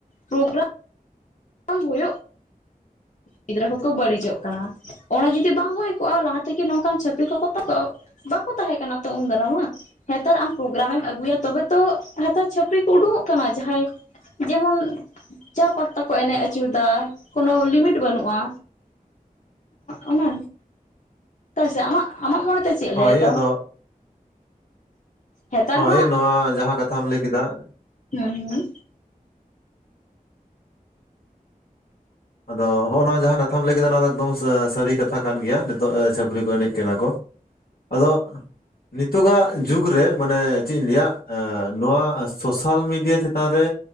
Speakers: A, on the left (about 55°); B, on the left (about 85°).
A: ᱯᱨᱳᱜᱨᱟᱢ ᱟᱢ ᱦᱩᱭᱩᱜ ᱜᱤᱫᱽᱨᱟᱹ ᱦᱚᱠᱚ ᱵᱟᱹᱲᱤᱡᱚᱜ ᱠᱟᱱᱟ᱾ ᱚᱱᱟ ᱡᱩᱫᱤ ᱵᱟᱝ ᱦᱩᱭ ᱠᱚᱜᱼᱟ ᱞᱟᱦᱟ ᱛᱮᱜᱮ ᱱᱚᱝᱠᱟᱱ ᱪᱷᱟᱹᱯᱨᱤ ᱠᱚᱠᱚ ᱛᱟᱠᱚ ᱵᱟᱠᱚ ᱛᱟᱦᱮᱸ ᱠᱟᱱᱟ ᱛᱚ ᱩᱱ ᱫᱟᱨᱟᱢ ᱢᱟ᱾ ᱱᱮᱛᱟᱨ ᱟᱢ ᱯᱨᱳᱜᱨᱟᱢ ᱮᱢ ᱟᱹᱜᱩᱭᱟ ᱛᱚᱵᱮ ᱛᱚ ᱱᱮᱛᱟᱨ ᱪᱷᱟᱹᱯᱨᱤ ᱠᱚ ᱩᱰᱩᱠᱚᱜ ᱠᱟᱱᱟ ᱡᱟᱦᱟᱸᱭ ᱡᱮᱢᱚᱱ ᱡᱟ ᱯᱟᱛᱟ ᱠᱚ ᱮᱱᱮᱡ ᱟᱪᱩᱨᱮᱫᱟ ᱠᱚᱱᱳ ᱞᱤᱢᱤᱴ ᱵᱟᱹᱱᱩᱜᱼᱟ ᱚᱱᱮ ᱛᱟᱭᱥᱮ ᱟᱢᱟᱜ ᱟᱢᱟᱜ ᱢᱚᱱᱮ ᱛᱮ ᱪᱮᱫ
B: ᱦᱳᱭ
A: ᱞᱟᱹᱭᱟᱭ ᱛᱟᱣ?
B: ᱟᱫᱚ
A: ᱦᱮᱛᱟᱨ
B: ᱦᱳᱭ
A: ᱢᱟ
B: ᱱᱚᱣᱟ ᱡᱟᱦᱟᱸ ᱠᱟᱛᱷᱟᱢ ᱞᱟᱹᱭ ᱠᱮᱫᱟ᱾
A: ᱦᱩ ᱩ᱾
B: ᱟᱫᱚ ᱦᱚᱜᱼᱱᱚᱣᱟ ᱡᱟᱦᱟᱸ ᱠᱟᱛᱷᱟᱢ ᱞᱟᱹᱭ ᱠᱮᱫᱟ ᱱᱚᱣᱟ ᱫᱚ ᱮᱠᱫᱚᱢ ᱥᱟᱹᱨᱤ ᱠᱟᱛᱷᱟ ᱠᱟᱱ ᱜᱮᱭᱟ ᱱᱤᱛᱚᱜ ᱪᱷᱟᱹᱯᱟᱹᱨᱤ ᱠᱚ ᱮᱱᱮᱡ ᱠᱟᱱᱟ ᱠᱚ᱾ ᱟᱫᱚ ᱱᱤᱛᱚᱜᱟᱜ ᱡᱩᱜᱽ ᱨᱮ ᱢᱟᱱᱮ ᱪᱮᱫ ᱤᱧ ᱞᱟᱹᱭᱟ ᱱᱚᱣᱟ ᱥᱳᱥᱟᱞ ᱢᱤᱰᱤᱭᱟ ᱪᱮᱛᱟᱱ ᱨᱮ